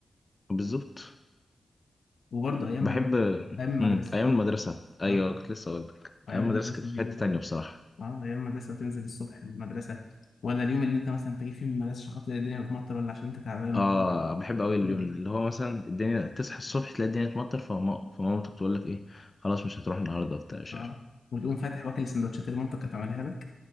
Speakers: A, on the left; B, on the left.
A: بالظبط
B: وبرضه ايام
A: بحب
B: ايام المدرسه
A: مم. ايام المدرسه ايوه
B: اه
A: كنت لسه اقول لك
B: ايام
A: ايام المدرسه
B: المدرسه
A: كانت في
B: دي
A: حته تانية بصراحه
B: اه ايام المدرسه تنزل الصبح المدرسه ولا اليوم اللي انت مثلا تيجي فيه من المدرسه عشان خاطر الدنيا بتمطر ولا عشان انت تعبان
A: اه
B: وتقوم
A: بحب قوي اليوم
B: تدري.
A: ده اللي هو مثلا الدنيا تصحى الصبح تلاقي الدنيا تمطر فما فمامتك تقول لك ايه خلاص مش هتروح النهارده بتاع مش
B: اه
A: عارف
B: وتقوم فاتح واكل السندوتشات اللي مامتك كانت عاملها لك